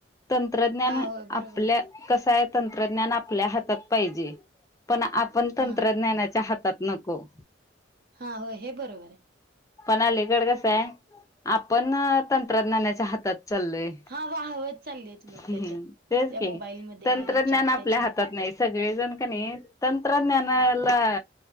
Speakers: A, on the left (about 15°); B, on the right (about 55°).
A: तंत्रज्ञान
B: हा होय
A: आपल्या
B: बरोबर आहे की
A: कसं आहे, तंत्रज्ञान आपल्या हातात पाहिजे. पण आपण
B: हा
A: तंत्रज्ञानाच्या हातात नको.
B: हा होय, हे बरोबर आहे.
A: पण अलीकड कसं आहे, आपण तंत्रज्ञानाच्या हातात चालोय.
B: हा वाहवत चाललेत लोक
A: हम,
B: त्याच्यात
A: तेच
B: त्या
A: की
B: मोबाईलमध्ये
A: तंत्रज्ञान
B: ह्याच्यात
A: आपल्या
B: त्याच्यात
A: हातात नाही सगळेजण किनइ तंत्रज्ञानाला